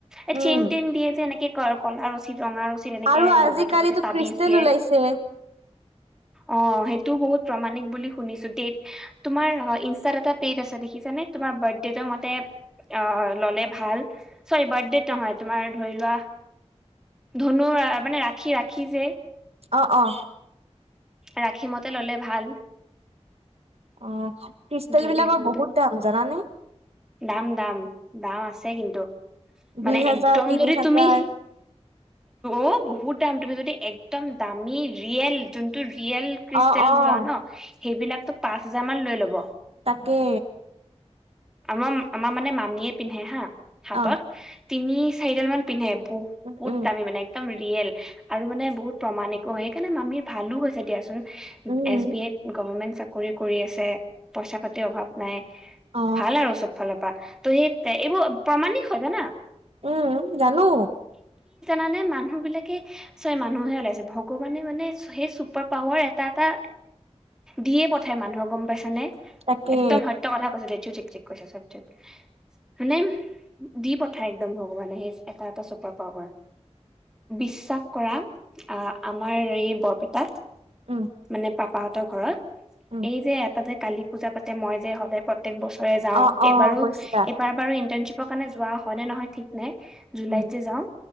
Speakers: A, in the centre; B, on the right (about 65°).
A: এ
B: উম
A: চেইন টেইন দিয়ে যে, এনেকে ক কলা ৰছী। ৰঙা ৰচী তেনেকে
B: আৰু
A: লগাই
B: আজিকালিতো
A: থব যে তাবিজ
B: ক্ৰিষ্টেল
A: দিয়ে।
B: ওলাইছে
A: অ, সেই ত বহুত প্ৰমাণিক বুলি শুনিছো দেই। তোমাৰ ইনছ তাত এটা পেজ আছে দেখিছানে? তোমাৰ বাৰ্থডেটো মাতে অ ললে ভাল। চৰি বাৰ্থডেত নহয় তোমাৰ ধৰি লোৱা ধনু মানে ৰাখি ৰাখি যে।
B: অ, অ।
A: ৰাশি মতে ল'লে ভাল।
B: অ' ক্ৰিষ্টেলবিলাকৰ
A: যদি মতে
B: বহুত দাম, জানানে?
A: দাম - দাম, দাম আছে কিন্তু। মানে
B: দুই হাজাৰ
A: একদম
B: তিনি
A: যদি
B: হাজাৰ
A: তুমি- অ' বহুত দাম। তুমি যদি একদম দামী, ৰিয়েল যোনটো ৰিয়েল ক্ৰিষ্টেল
B: অ অ
A: লোৱা ন', সেইবিলাকতো পাঁচ হেজাৰ মান লৈ ল'ব।
B: তাকে।
A: আমাৰ- আমাৰ মানে মামীয়ে পিন্ধে হা, হাতত।
B: অ
A: তিনি-চাৰিডাল মান পিন্ধে। বু-
B: উম
A: বহুত
B: উম
A: দামী মানে, একদম ৰিয়েল। আৰু মানে বহুত প্ৰমাণিকো হয়। সেইকাৰণে মামীৰ ভালো হৈছে দিয়াচোন।
B: উম
A: এছ বি আইত গভৰ্মেন্ট চাকৰি কৰি আছে। পইচা-পাতিৰ অভাৱ নাই।
B: অ
A: ভাল আৰু চব ফালৰ পৰা। তো সেই তে- এইবোৰ প্ৰমাণিক হয় জানা।
B: উম, জানো।
A: মানে মানুহবিলাকে- ছৰি, মানুহে ওলাইছে, ভগৱানে মানে সেই চুপাৰ পাৱাৰ এটা - এটা দিয়ে পঠায় মানুহক, গম পাইছে নে?
B: তাকে
A: একদম সত্য কথা কৈছোঁ দে <unintelligible> চেক - চেক কৰিছে চব চেক মানে দি পঠায় একদম ভগৱানে সেই এটা - এটা চুপাৰ পাৱাৰ। বিশ্বাস কৰা অ' আমাৰ এই বৰপেটাত,
B: উম
A: মানে পাপাহঁতৰ ঘৰত
B: উম
A: এই যে এটা যে কালী পূজা পাতে, মই যে সদায় প্ৰ ত্যেক বছৰে যাওঁ।
B: অ অ
A: এইবাৰো-
B: কৈছিলা
A: এইবাৰ বাৰু ইন্টাৰ্নশ্বিপৰ কাৰণে যোৱা হয় নে নহয় ঠিক নাই। জুলাইত
B: উম
A: যে যাওঁ,